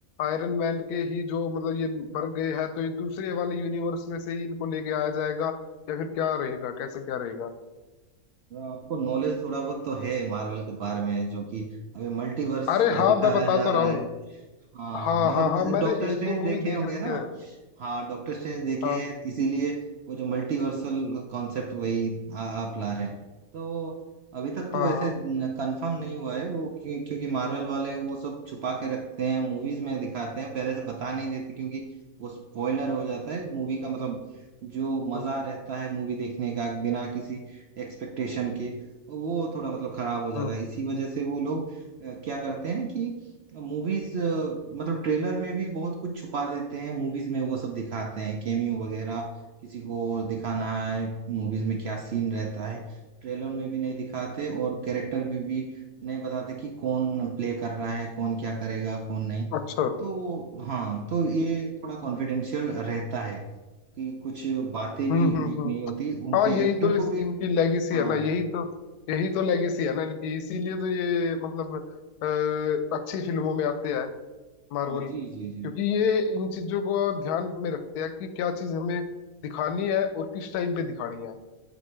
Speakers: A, on the left; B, on the right.
A: आयरन मैन के ही जो मतलब ये मर गए हैं तो ये दूसरे वाले यूनिवर्स में से ही इनको लेके आया जाएगा या फिर क्या रहेगा कैसे क्या रहेगा
B: आपको नॉलेज थोड़ा बहुत तो है मार्वल के बारे में जो कि अभी मल्टीवर्स
A: अरे हाँ
B: दिखाया
A: मैं बता
B: जा
A: तो
B: रहा
A: रहा हूँ
B: है हाँ
A: हाँ
B: मतलब
A: हाँ हाँ मैंने
B: डॉक्टर स्ट्रेंज
A: एक दो मूवी
B: देखे
A: देख
B: होंगे
A: रखी
B: ना
A: है
B: हाँ डॉक्टर स्ट्रेंज देखे
A: हाँ
B: हैं इसीलिए वो जो मल्टीवर्सल कॉन्सेप्ट वही आ, आप ला रहे हैं तो अभी तक तो
A: हाँ
B: वैसे
A: हाँ
B: कंफर्म नहीं हुआ है वो क्यों- क्योंकि मार्वल वाले वो सब छुपा के रखते हैं मूवीज में दिखाते हैं पहले से बता नहीं देते क्योंकि वो स्पॉइलर हो जाता है मूवी का मतलब जो मजा
A: हम्म
B: रहता है मूवी देखने का बिना किसी एक्सपेक्टेशन के वो थोड़ा मतलब खराब हो जाता
A: हम्म
B: है इसी वजह से वो लोग अ, क्या करते हैं कि मूवीज मतलब ट्रेलर में भी बहुत कुछ छुपा देते हैं मूवीज में वो सब दिखाते हैं कैमियो वगैरह किसी को दिखाना है मूवीज में क्या सीन रहता है ट्रेलर में भी नहीं दिखाते और कैरेक्टर भी, भी नहीं बताते कि कौन प्ले कर रहा है कौन क्या करेगा कौन नहीं
A: अच्छा
B: तो वो- हाँ तो ये थोड़ा कॉन्फिडेंशियल रहता है कि कुछ बातें भी
A: हम्म हम्म
B: लीक
A: हम्म
B: नहीं होती उनके
A: हाँ यही
B: एक्टर
A: तो इस,
B: को भी
A: इनकी लेगेसी
B: हाँ
A: है ना यही तो यही तो लेगेसी है ना इनकी इसीलिए तो ये मतलब अ, अच्छी फिल्मों में आते हैं मार्वल
B: हाँ जी
A: क्योंकि
B: जी जी
A: ये इन चीजों को ध्यान में रखते हैं कि क्या चीज हमें दिखानी है और किस टाइम पे दिखानी है